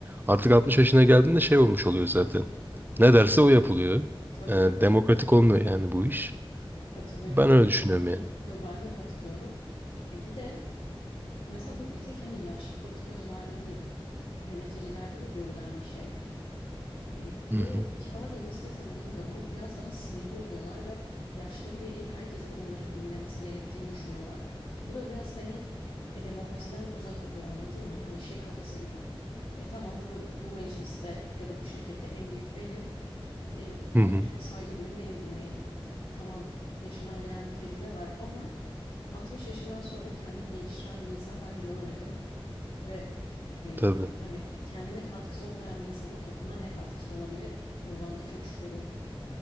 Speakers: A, on the right (about 20°); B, on the left (about 75°).
A: Artık 60 yaşına geldiğinde şey olmuş oluyor zaten. Ne derse o yapılıyor.
B: Tabii
A: E, demokratik olmuyor yani bu iş.
B: katılıyorum.
A: Ben öyle düşünüyorum yani.
B: Yo ben de katılıyorum. E bir de mesela bu bir tek hani yaşlı politikacılarda değil, yöneticilerde de görülen bir şey. E,
A: Hı
B: böyle
A: hı.
B: kibarca nasıl desem bilmiyorum ama biraz daha sinirli oluyorlar ve yaşları gereği herkesin onları dinlemesi gerektiğini düşünüyorlar. Bu da biraz hani e, demokrasiden uzak oluyor anladın mı? Hani şey kafası gibi. E tamam bu, bu mecliste ya da bu şirkette en büyük benim. E,
A: Hı hı.
B: yaşıma saygı duyun, beni dinleyin. Tamam yaşından gelen bir tecrübe var ama 60 yaşından sonra kendini geliştiren bir insan ben görmedim. Ve e,
A: Tabii.
B: hani kendine katkısı olmayan bir insanın topluma ne katkısı olabilir? Bundan da çok şüpheliyim.